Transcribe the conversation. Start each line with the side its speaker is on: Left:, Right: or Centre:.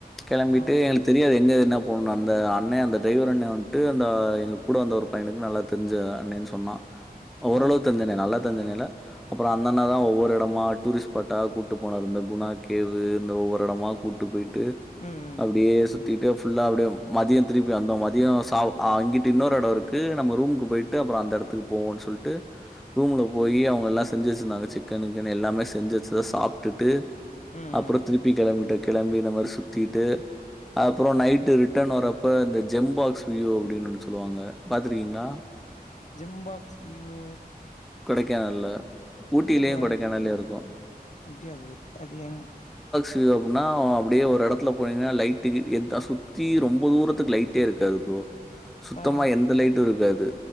Centre: கெளம்பிட்டு
Left: ஆ
Centre: எங்களுக்கு தெரியாது எங்க என்ன போணு அந்த அண்ணே அந்த டிரைவர் அண்ணே வன்ட்டு அந்த எங்க கூட வந்த ஒரு பையனுக்கு நல்லா தெரிஞ்ச அண்ணேன் சொன்னா ஓரளவு
Left: ஆ
Centre: தெரிஞ்ச அண்ணே நல்லா தெரிஞ்ச அண்ணேல்ல அப்ரோ அந்த அண்ணா தா ஒவ்வொரு எடமா டூரிஸ்ட் ஸ்பாட்டா கூட்டு போனாரு இந்த குணா கேவு இந்த ஒவ்வொர் எடமா கூட்டு போய்ட்டு
Left: ம் ம்
Centre: அப்டியே சுத்திட்டு ஃபுல்லா அப்டியே மதியோ திருப்பி வந்தோ மதியோ சா ஆ இங்கிட்டு இன்னொரு எடோ இருக்கு நம்ம ரூமுக்கு போயிட்டு அப்ரோ அந்த எடத்துக்கு போவோனு சொல்ட்டு ரூம்ல போயி அவங்கல்லா செஞ்சி வச்சிருந்தாங்க சிக்கன் கிக்கன் எல்லாமே செஞ்சி வச்சத சாப்டுட்டு
Left: ம் ம்
Centre: அப்றோ திருப்பி கெளம்பிட்டொ கெளம்பி இந்தமாரி சு தீட்டு அப்றோ நைட்டு ரிட்டன் வரப்ப இந்த ஜெம்பாக்ஸ் வியூ அப்டின் ஒன்னு சொல்லுவாங்க பாத்துருக்கீங்ளா
Left: ஜெம்பாக்ஸ் விய்வோ
Centre: கொடைக்கானல்ல ஊட்டிலயு
Left: ப்ரோ
Centre: கொடைக்கானல்லயு இருக்கு
Left: அப்டியா ப்ரோ தெர்லங்
Centre: ட்டு எப்புன்னா அப்டியே ஒரு எடத்துல போனீங்கன்னா லைட்டு எத சுத்தி ரொம்ப தூரத்துக்கு லைட்டே இருக்காது ப்ரோ சுத்தமா
Left: ஆ
Centre: எந்த லைட்டு இருக்காது